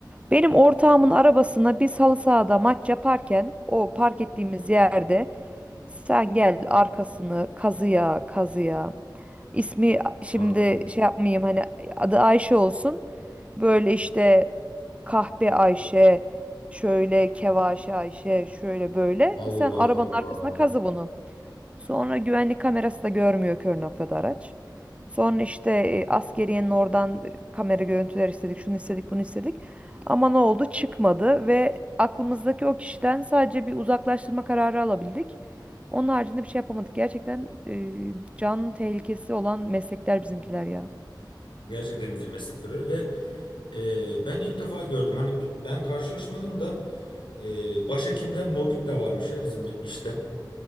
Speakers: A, on the right; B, on the left.
A: Benim ortağımın arabasına biz halı sahada maç yaparken o park ettiğimiz yerde sen gel arkasını kazıya kazıya. İsmi şimdi
B: Allah
A: şey yapmayayım hani adı Ayşe olsun. Böyle işte kahpe Ayşe, şöyle kevaşe Ayşe, şöyle böyle.
B: Allah
A: Sen arabanın
B: Allah.
A: arkasına kazı bunu. Sonra güvenlik kamerası da görmüyor kör noktada araç. Sonra işte e, askeriyenin oradan e, kamera görüntüler istedik, şunu istedik, bunu istedik. Ama ne oldu? Çıkmadı ve aklımızdaki o kişiden sadece bir uzaklaştırma kararı alabildik. Onun haricinde bir şey yapamadık. Gerçekten e, can tehlikesi olan meslekler bizimkiler ya.
B: Gerçekten bizim meslek görüyor ve e, ben ilk defa gördüm. Hani bi- ben karşılaşmadım da e, başhekimden mobbing de varmış ya bizim işte.